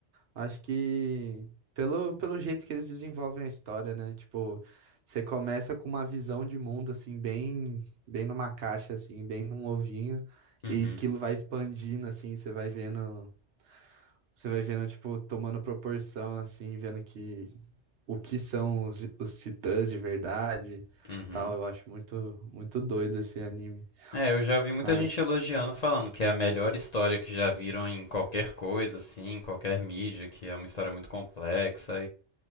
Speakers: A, on the right; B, on the left.
A: Acho que pelo, pelo jeito que eles desenvolvem a história, né? Tipo, você começa com uma visão de mundo, assim, bem, bem numa caixa, assim, bem num ovinho,
B: Uhum.
A: e aquilo vai expandindo, assim, você vai vendo, você vai vendo, tipo, tomando proporção, assim, vendo que o que são os, os titãs de verdade,
B: Uhum.
A: tal. Eu acho muito, muito doido esse anime.
B: É, eu já vi muita
A: Mas,
B: gente elogiando, falando que é a melhor história que já viram em qualquer coisa, assim, em qualquer mídia, que é uma história muito complexa